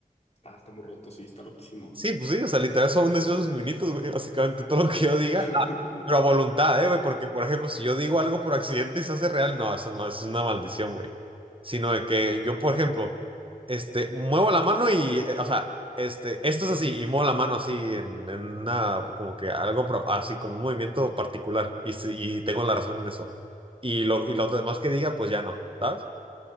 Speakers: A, on the left; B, on the right.
A: Está, está muy roto, sí, está rotísimo.
B: Sí, pues sí, o sea, literal son deseos infinitos, güey, básicamente todo lo que yo diga,
A: <laughs>
B: Ah, pero a voluntad, ¿eh, güey? Porque, por ejemplo, si yo digo algo por accidente y se hace real, no, eso no, eso es una maldición, güey. Sino de que yo, por ejemplo, este, muevo la mano y, eh, o sea, este, esto es así, y muevo la mano así en, en una, como que algo, pro- así como un movimiento particular, y, si- y tengo la razón en eso. Y lo, y lo demás que diga, pues ya no, ¿sabes?